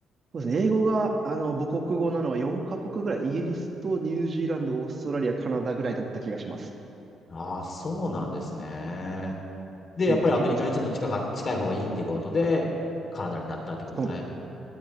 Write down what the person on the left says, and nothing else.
ああ、そうなんですね。で、やっぱりアメリカにちょっと近か、
近い方がいいっていうことで、カナダになったってことですね。